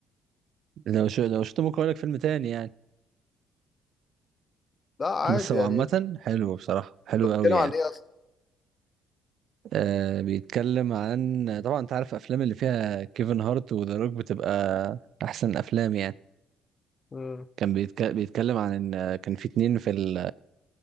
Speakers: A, on the right; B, on the left.
A: لو شو لو شفته ممكن اقول لك فيلم تاني يعني
B: لا عادي
A: بس هو
B: يعني
A: عامه حلو بصراحه حلو
B: طب بيتكلم
A: قوي
B: عن
A: يعني
B: إيه أصلا؟
A: آه بيتكلم عن طبعا انت عارف الافلام اللي فيها كيفن هارت وذا روك بتبقى احسن افلام يعني
B: مم.
A: كان بيتك... بيتكلم عن ان آه، كان في اتنين في ال...